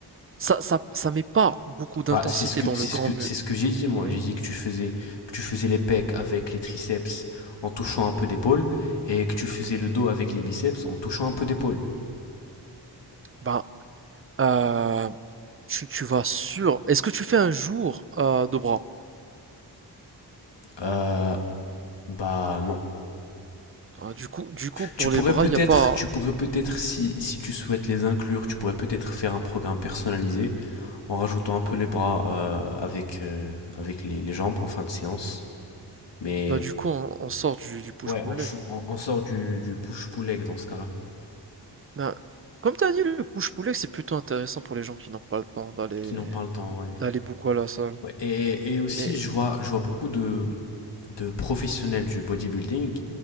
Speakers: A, on the right; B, on the left.
A: ça ça ça met pas beaucoup d'intensité
B: Bah, c'est ce que
A: dans
B: c'est
A: le grand
B: ce que
A: muscle.
B: c'est ce que j'ai dit moi.
A: oui?
B: J'ai dit que tu faisais que tu faisais les pecs avec les triceps en touchant un peu d'épaule et que tu faisais le dos avec les biceps en touchant un peu d'épaule.
A: Bah, heu, tu tu vas sur est-ce que tu fais un jour, heu, de bras?
B: Euh, bah non.
A: Ah, du coup du coup, pour
B: Tu pourrais
A: les bras,
B: peut-être
A: il y a pas
B: tu pourrais peut-être si si tu souhaites les inclure, tu pourrais peut-être faire un programme personnalisé en rajoutant un peu les bras euh, avec euh, avec les, les jambes en fin de séance. Mais
A: Bah, du coup, on, on sort du, du push-pull
B: ouais, on, chou-
A: leg.
B: on, on sort du, du push-pull leg dans ce cas-là.
A: Bah, comme t'as dit, le push-pull leg, c'est plutôt intéressant pour les gens qui n'ont pas le temps d'aller
B: Qui n'en parle tant, ouais.
A: d'aller beaucoup à la salle.
B: Ouais, et, et aussi,
A: Mais
B: je vois, je vois beaucoup de, de professionnels du bodybuilding